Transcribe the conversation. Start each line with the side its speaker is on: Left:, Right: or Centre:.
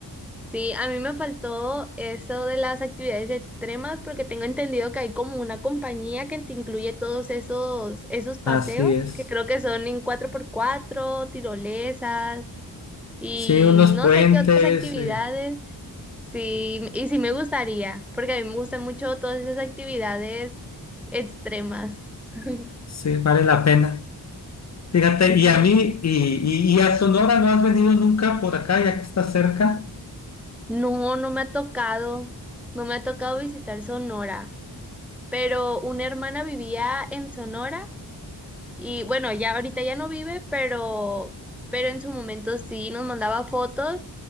Centre: Sí, a mí me faltó eso de las actividades extremas porque tengo entendido que hay como una compañía que te incluye todos esos, esos paseos
Left: Así es.
Centre: que creo que son en cuatro por cuatro, tirolesas y
Left: Sí, unos
Centre: no
Left: puentes,
Centre: sé qué otras actividades.
Left: eh,
Centre: Sí, y sí me gustaría porque a mí me gustan mucho todas esas actividades extremas. <laughs>
Left: sí, vale la pena. Fíjate, y
Centre: Sí,
Left: a mí, y, y, y a Sonora no has venido nunca por acá, ya que está cerca,
Centre: no, no me ha tocado, no me ha tocado visitar Sonora, pero una hermana vivía en Sonora Y bueno, ya ahorita ya no vive, pero, pero en su momento sí nos mandaba fotos